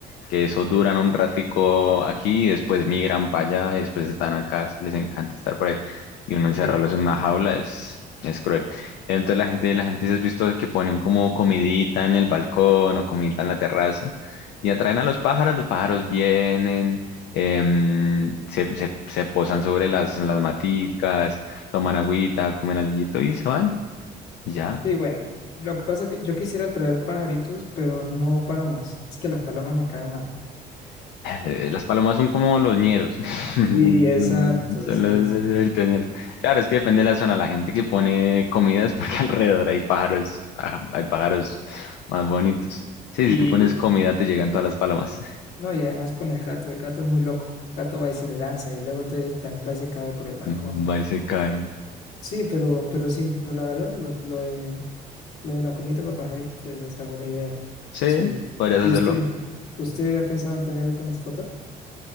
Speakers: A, on the left (about 85°); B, on the left (about 70°).
A: que eso duran un ratico aquí, después migran para allá, después están acá, les encanta estar por ahí, y uno encerrarlos
B: Sí.
A: en una jaula es, es cruel. Entonces la gente, la gente se has visto que ponen como comidita en el balcón o comidita en la terraza y atraen a los pájaros, los pájaros vienen, em, se, se- se posan sobre las, las maticas, toman agüita, comen alguito y se van. Y ya.
B: Sí, bueno, lo que pasa es que yo quisiera traer pajaritos, pero no palomas. Es que las palomas me caen mal.
A: Eh, Las palomas son como los ñeros. <laughs>
B: Sí, exacto,
A: Son
B: sí,
A: los
B: sí.
A: verdaderitos ñeros. Claro, es que depende de la zona. La gente que pone comidas porque <laughs> alrededor hay pájaros, ah, hay pájaros más bonitos. Sí,
B: Y
A: si tú pones comida te llegan todas las palomas.
B: no, y además con el gato, el gato es muy loco. El gato va y se le lanza y luego entonces también va y se cae por el balcón.
A: <laughs> Va y se cae.
B: Sí, pero, pero sí, pero la verdad, lo, lo de, lo de la comida para pajaritos es hasta buena idea.
A: Sí,
B: Sí.
A: podrías
B: ¿Y
A: hacerlo.
B: usted? ¿Usted ha pensado en tener otra mascota?